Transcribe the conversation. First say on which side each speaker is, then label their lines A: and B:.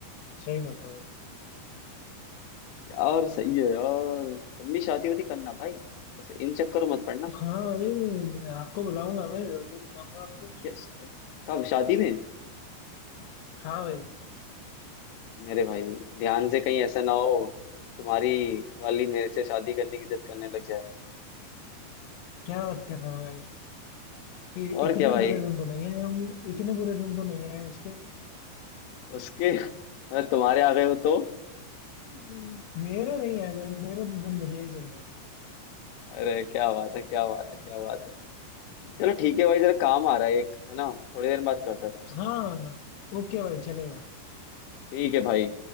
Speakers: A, on the left; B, on the left.
A: सही बात है भाई
B: यार सही है यार तुम भी शादी वादी करना भाई ऐसे इन चक्करों मत पड़ना
A: हाँ भाई आपको बुलाऊंगा मैं जरूर बुलाऊंगा आपको
B: क्या- कब शादी में
A: हाँ भाइ
B: मेरे भाई ध्यान से कहीं ऐसा ना हो तुम्हारी वाली मेरे से शादी करने की जिद करने लग जाए
A: क्या बात कर रहे हो भाई इ-
B: और
A: इतने
B: क्या भाई
A: बुरे दिन तो नहीं आए हम इतने बुरे दिन तो नहीं आए उसके
B: उसके मतलब तुम्हारे आ गए हो तो
A: <laughs> मेरे नहीं आए भाई मेरे तो दिन बढ़िया ही चल रहे हैं
B: अरे क्या बात है क्या बात है क्या बात है चलो ठीक है भाई जरा काम आ रहा है एक है ना थोड़ी देर बात करता हूँ तुमसे
A: हाँ ओके भाई चलेगा
B: ठीक है भाई